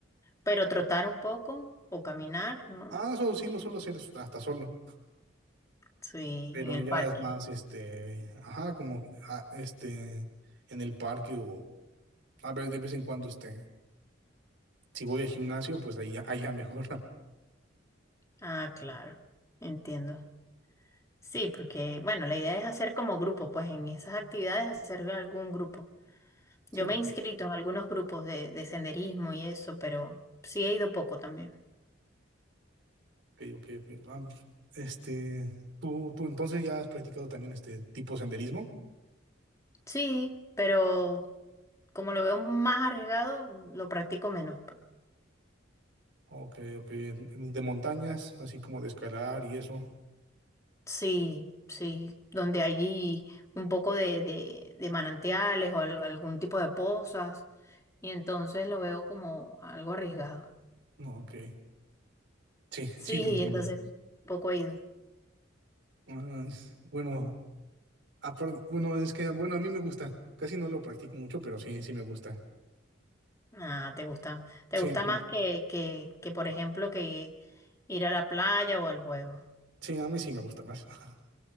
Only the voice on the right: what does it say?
Ah, eso sí lo suelo hacer hasta solo,
pero
ya
es más, este, ajá, como, ah, este, en el parque o, a ver, de vez en cuando, este, si voy al gimnasio, pues ahí, ya- ahí ya mejora. <laughs>
Sí,
ok, ok, ok. Ah, este, tú, tú entonces ya has practicado también este tipo senderismo.
Ok, ok. De montañas, así como de escalar y eso.
No, ok. Sí,
sí, te entiendo.
Ah, es- bueno, apar- bueno, es que, bueno, a mí me gusta. Casi no lo practico mucho, pero sí, sí me gusta.
Sí,
sí, a mí sí me gusta más. <laughs>